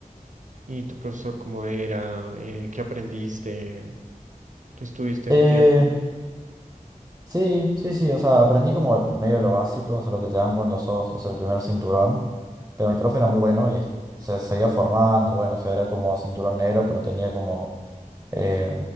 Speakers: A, on the right; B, on the right.
A: ¿Y tu profesor cómo era? Eh, ¿qué aprendiste? ¿Estuviste
B: Eh,
A: un tiempo?
B: sí, sí, sí, o sea, aprendí como medio lo básico, o sea, lo que te dan cuando sos, o sea, el primer cinturón, pero mi profe era muy bueno y se seguía formando, bueno, o sea, era como cinturón negro, pero tenía como eh,